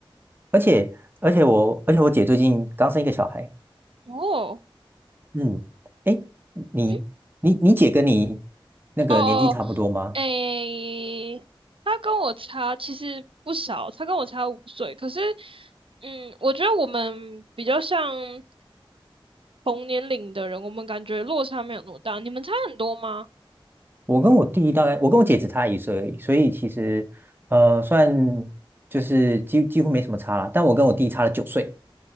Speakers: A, on the right (about 25°); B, on the right (about 70°).
A: 而且，而且我，而且我姐最近刚生一个小孩，
B: 哦，
A: 嗯，哎，你你你姐跟你
B: 嗯
A: 那个年纪差不多吗？
B: 哦哦，诶，他跟我差其实不少，他跟我差五岁，可是嗯，我觉得我们比较像同年龄的人，我们感觉落差没有那么大，你们差很多吗？
A: 我跟我弟大概，我跟我姐只差一岁而已，所以其实呃，算就是几几乎没什么差啦，但我跟我弟差了九岁。